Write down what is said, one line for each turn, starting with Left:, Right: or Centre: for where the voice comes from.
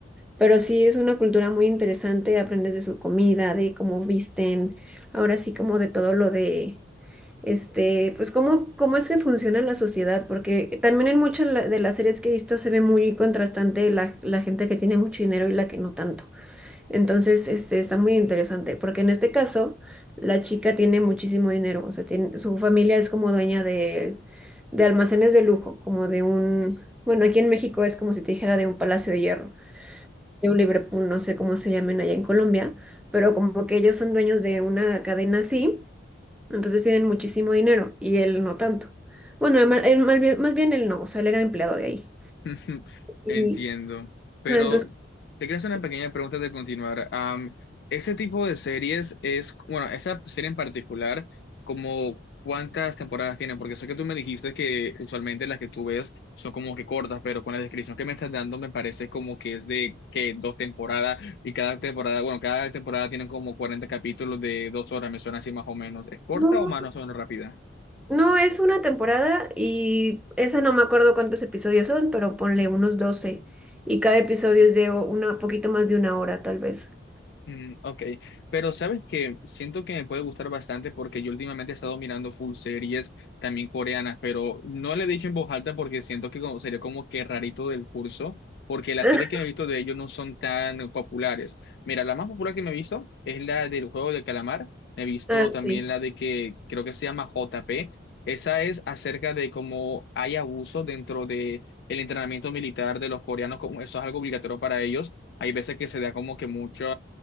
Centre: pero sí es una cultura muy interesante, aprendes de su comida, de cómo visten, ahora sí como de todo lo de, este, pues cómo, cómo es que funciona la sociedad, porque también en muchas la- de las series que he visto se ve muy contrastante la, la gente que tiene mucho dinero y la que no tanto. Entonces, este, está muy interesante, porque en este caso, la chica tiene muchísimo dinero, o sea, tiene, su familia es como dueña de, de almacenes de lujo, como de un, bueno, aquí en México es como si te dijera de un Palacio de Hierro, de un Liverpool, no sé cómo se llamen allá en Colombia, pero como que ellos son dueños de una cadena así, entonces tienen muchísimo dinero y él no tanto. Bueno, él ma- él más bien, más bien él no, o sea, él era empleado de ahí.
Left: <laughs> Ujú,
Centre: Y,
Left: Entiendo. Pero
Centre: o sea, entonces,
Left: te quiero
Centre: sí,
Left: hacer una pequeña pregunta de continuar. Am, ese tipo de series es, bueno, esa serie en particular, como cuántas temporadas tiene, porque sé que tú me dijiste que usualmente las que tú ves son como que cortas, pero con la descripción que me estás dando me parece como que es de que dos temporadas y cada temporada, bueno, cada temporada tiene como 40 capítulos de dos horas, me suena así más o menos. ¿Es corta
Centre: no,
Left: o más o menos rápida?
Centre: No, es una temporada y esa no me acuerdo cuántos episodios son, pero ponle unos doce Y cada episodio es de una poquito más de una hora, tal vez.
Left: Mm, ok, pero sabes que siento que me puede gustar bastante porque yo últimamente he estado mirando full series también coreanas, pero no le he dicho en voz alta porque siento que como- sería como que rarito del curso, porque las
Centre: <laughs>
Left: series que me he visto de ellos no son tan populares. Mira, la más popular que me he visto es la del juego del calamar, me he visto
Centre: Ah,
Left: también
Centre: sí.
Left: la de que creo que se llama JP, esa es acerca de cómo hay abuso dentro de el entrenamiento militar de los coreanos, como eso es algo obligatorio para ellos. Hay veces que se da como que mucho